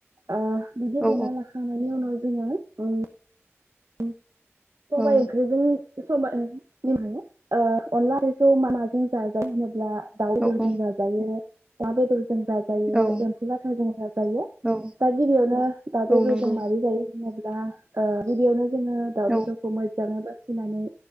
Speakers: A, on the right (about 85°); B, on the right (about 20°).
A: आ बिदि
B: औ
A: देना लखांनायनि उनाव जोङो ओ उम सबाइ
B: औ
A: ओंख्रिजों सबाय <unintelligible> ओ अनला ओंख्रिखौ माजों जाजा होनोब्ला दाउ बेदरजों
B: औ
A: जाजायो अमा बेदर जों जाजायो
B: औ
A: एम्फौ लाथा जों जाजायो
B: औ
A: दा गिबियावनो दाव
B: औ
A: बेदरजों
B: नंगौ
A: मारै जायो दा ओ गिबियावनो जोङो दाउ
B: औ
A: बेदखौ मोजाङै बा सिनानै